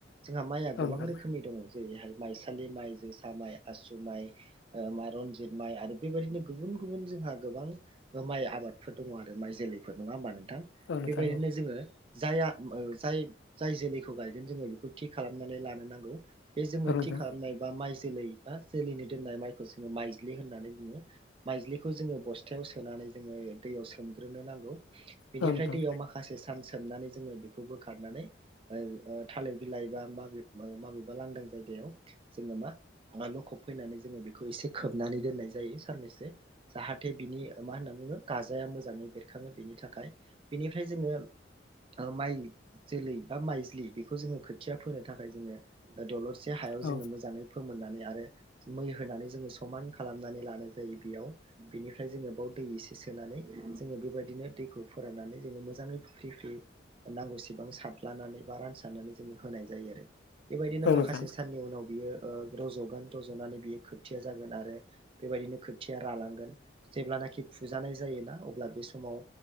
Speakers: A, on the right (about 30°); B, on the left (about 70°).
A: जोंहा माइया
B: औ
A: गोबां
B: नोंथां
A: रोखोमनि दङ। जेरैहाय माइसालि माइ जोसा माइ आसु माइ मा रनजित माइ आरो बेबायदिनो गुबुन गुबुन गुबुन जोंहा गोबां माइ आबादफोर दङ आरो माइ जोलैफोर नङा होमबा नों थां
B: औ नोंथां
A: बेबायदिनो
B: औ
A: जोङो जाया जाय जाय जोलैखौ गायगोन जोङो बेखौ थिग खालामनानै लानो नांगौ। बे जोङो
B: औ नोंथां
A: थि खालामनाय बा माइ जोलै बा जोलैनि दोननाय माइखौ जोङो माइज्लि होननानै बुङो। माइज्लिखौ जोङो बस्थायाव सोनानै जोङो दैयाव सोमग्रोनो नांगौ बेनिफ्राय
B: औ नोंथां
A: दैयाव माखासे सान सोबनानै जोङो बेखौ बोखारनानै ओ ओ थालिर बिलाइ बा माबे माबेबा लांदां जायगायाव जोङो मा लखब फैनानै जोङो बेखौ एसे खोबनानै दोननाय जायो साननैसो जाहाथे बिनि मा होनना बुङो गाजाया मोजाङै बेरखाङो बेनि थाखाय बेनिफ्राय जोङो माइ जोलै बा माइज्लि बेखौ जोङो खोथिया फोनो थाखाय जोङो दलर से हायाव
B: औ
A: जोङो मोजाङै फोमोननानै आरो मै होनानै जोङो समान खालामनानै लानाय जायो बेयाव बेनिफ्राय जोङो बे दै एसे सोनानै जोङो बेबायदिनो दैखौ फोराननानै जोङो मोजाङै फ्रि फ्रि नांगौसेबां सारलानानै बा रानसारनानै जोङो होनाय जायो। आरो बेबायदिनो
B: औ
A: माखासे
B: नोंथां
A: साननि उनाव बियो ओ रज'गोन रज'नानै बियो खोथिया जागोन आरो बेबायदिनो खोथिया रालांगोन जेब्लानाखि फुजानाय जायोना अब्ला बे समाव